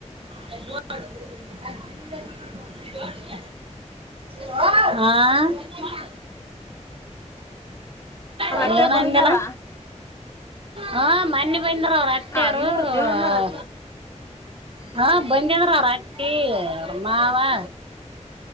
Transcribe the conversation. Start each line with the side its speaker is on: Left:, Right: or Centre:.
Right: ಯಾಕ ಟಕ್ ಅಲ್ಲಿ ಹೋಗಬ್ಯಾಡ ಅಲ್ಲಿ ತಿಗಿದಡಿತಿ ನೋಡು ಇಗ ವ್ವಾವ ಆ ಟೆಂಗಣ್ಣ
Left: ಅವ್ರ
Right: ಅಣ್ಣಾ
Left: ಅತ್ತೆರ್
Right: ಹಣ್ಣಗೋ ನೆನಪಮ್ಮಿ
Left: ಬರ್ಗ್ಯಾರ
Right: ಏನೋ ಅಂದಲ್ಲ ಹ ಉಪೆಂದ್ರಾ ಅವರ ಅತ್ತೆರು
Left: ಹಾ ಇವ್ರ
Right: ಆಅ
Left: ದೇವಮ್ಮ ಅವ್ರ ಅತ್ತೆರ್
Right: ಹಾ ಬಂದಿದ್ರ ಅತ್ತಿ ಅವರ ಮಾವಾ